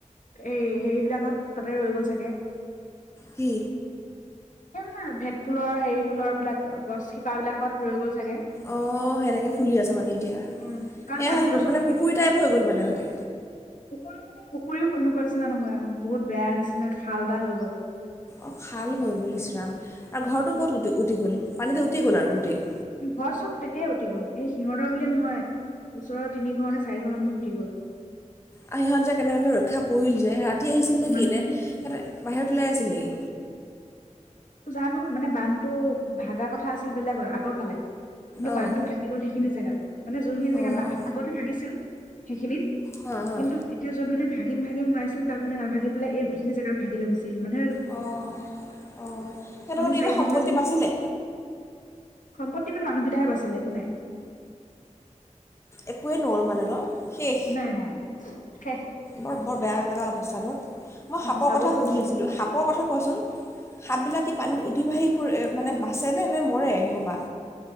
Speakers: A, on the left; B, on the left.
A: এই হেৰি বিলাকহত তাতে ৰৈ গ'ল চাগে?
B: কি?
A: সেই মানে ভেট ফুলৰ হেৰি ফুলৰ বিলাক গছ শিপা বিলাকহত ৰৈ গ'ল চাগে।
B: অঁহ', সেনেকৈ ফুলি আছে মানে এতিয়া,
A: উম কাৰণ
B: এয়াহে
A: পানীতো
B: হৈ গ'ল
A: চব
B: মানে পুখুৰী টাইপ হৈ গ'ল মানে তাতে।
A: পুখুৰী মানে পুখুৰী সেনেকুৱা নিচিনা নহয় বহুত বেয়া নিচিনা খাল এটা হৈ গ'ল।
B: অঁহ', খাল হৈ গ'ল ইচৰাম, আৰু ঘৰটো ক'ত উ-উটি গ'ল পানীতে উটি গ'ল আৰু গোটেই?
A: ঘৰ চব তেতিয়াই উটি গ'ল, এই সিহঁতৰ বুলি নহয়। ওচৰৰ তিনি ঘৰ নে চাৰি মানুহ উটি গ'ল।
B: অ', সিহঁত যে কেনেবাকৈ ৰক্ষা পৰিল যে ৰাতি আহিছিল নেকি,
A: মানুহ
B: এনে সিহতে বাহিৰত ওলাই আছিল নেকি?
A: জানো মানে বান্ধটো ভাগা কথা আছিল বেলেগত আগৰ ফালে। কিন্তু
B: অঁ
A: বান্ধটো ভাগি গ'ল সেইখিনি জেগাত, মানে যোনখিনি জেগাত
B: অঁ
A: না আগতে ভাগিছিল, সেইখিনিত।
B: হাঁ হাঁ
A: কিন্তু এতিয়া য'ত মানে ভাগিম- ভাগিম হৈ আছিল তাত মানে নাভাগি পেলাই এইখিনি জেগাত ভাগি লৈ গুছি আহিল মানে
B: অঁ', - অঁ'। সিহঁতৰ
A: মানুহ
B: মানে
A: চাৰি
B: কিবা সম্পত্তি
A: ঘৰ মান,
B: বাচিলে
A: সম্পত্তি মানে মানুহকেইটাহে বাচিলে একো নাই।
B: একোৱে নৰ'ল মানে ন! শেষ।
A: নাই-নাই-নাই, শেষ।
B: বৰ-বৰ বেয়া লগা অৱস্থা ন, মই
A: অ
B: সাপৰ
A: চাবলৈ
B: কথা সুধি
A: গৈছিল
B: আছিলোঁ সাপৰ কথা কোৱাচোন? সাপ বিলাকে পানীত উঠি ভাহি ফুৰে মানে বাচেনে নে মৰে সেই সোপা?